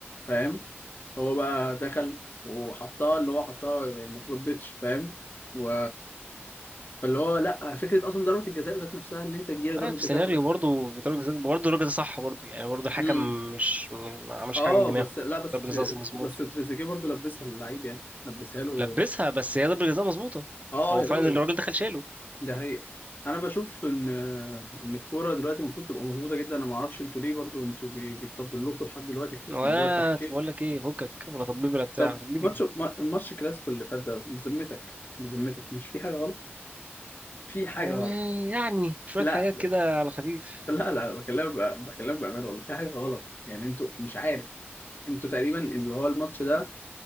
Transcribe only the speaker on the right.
آه،
في سيناريو
برضه ضربة جزاء برضه الراجل ده صح برضه يعني برضه الحكم
مش ما عملش
حاجه من دماغه
ضربة
جزاء مظبوط
لبسها بس هي ضربة جزاء مظبوطة
هو
فعلا
الراجل دخل شاله
ولا
طب بقول لك ايه فكك ولا طبيب ولا بتاع
مين
يعني
يعني شوية
حاجات كده على خفيف